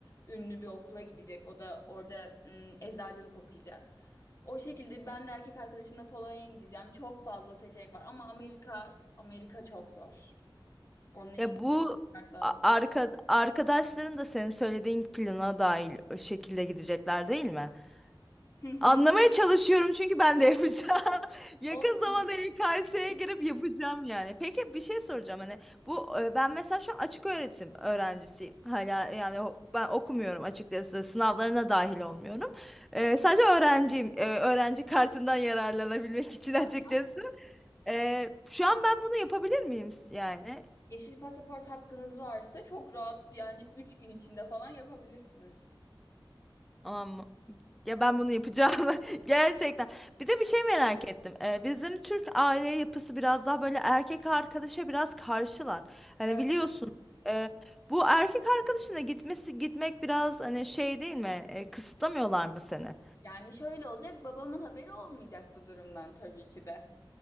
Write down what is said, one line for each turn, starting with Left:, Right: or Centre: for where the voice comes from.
Left: ünlü bir okula gidecek. O da orada ım, eczacılık okuyacak. O şekilde ben de erkek arkadaşımla Polonya'ya gideceğim. Çok fazla seçenek var ama Amerika Amerika çok zor. Onun için
Centre: Ya bu
Left: şart lazım.
Centre: a- arka, arkadaşların da senin söylediğin plana dahil o şekilde gidecekler değil mi?
Left: Hı hı.
Centre: Anlamaya çalışıyorum çünkü ben de yapacağım. <laughs> Yakın
Left: Olur.
Centre: zamanda YKS'ye girip yapacağım yani. Peki bir şey soracağım hani bu e, ben mesela şu an açık öğretim öğrencisiyim. Hala yani o- ben okumuyorum açıkçası sınavlarına dahil olmuyorum. E, sadece öğrenciyim. E, öğrenci kartından yararlanabilmek için açıkçası.
Left: Tamam.
Centre: E, şu an ben bunu yapabilir miyim yani?
Left: Yeşil pasaport hakkınız varsa çok rahat yani 3 gün içinde falan yapabilirsiniz.
Centre: Aman. Ya ben bunu yapacağım <laughs> gerçekten. Bir de bir şey merak ettim. Ee, bizim Türk aile yapısı biraz daha böyle erkek arkadaşa biraz karşılar. Hani
Left: Evet.
Centre: biliyorsun e, bu erkek arkadaşına gitmesi gitmek biraz hani şey değil mi? E, kısıtlamıyorlar mı seni?
Left: Yani şöyle olacak babamın haberi olmayacak bu durumdan tabii ki de.